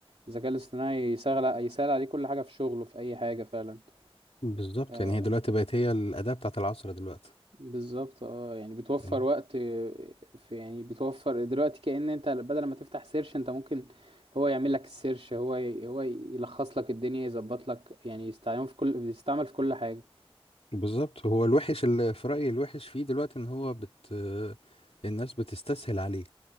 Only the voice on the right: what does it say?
الذكاء الاصطناعي يسهل يسهل عليه كل حاجة في شغله في اي حاجة فعلا
آه،
بالظبط اه يعني بتوفر
وقت في يعني بتوفر دلوقتي كأن انت بدل ما تفتح سيرش انت ممكن هو يعمل لك السيرش هو ي... هو يلخص لك الدنيا يظبط لك يعني يستعمل في كل بيستعمل في كل حاجة